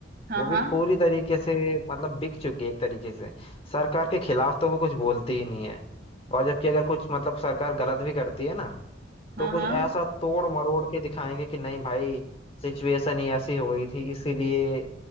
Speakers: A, on the right; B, on the left.
A: हाँ
B: वो भी
A: हाँ
B: पूरी तरीके से मतलब बिक चुकी है एक तरीके से सरकार के खिलाफ तो वो कुछ बोलती ही नहीं है और जबकि अगर कुछ मतलब सरकार गलत भी करती है ना
A: हाँ
B: तो कुछ
A: हाँ
B: ऐसा तोड़ मरोड़ के दिखाएंगे कि नहीं भाई सिचुएशन ही ऐसी हो गई थी इसीलिए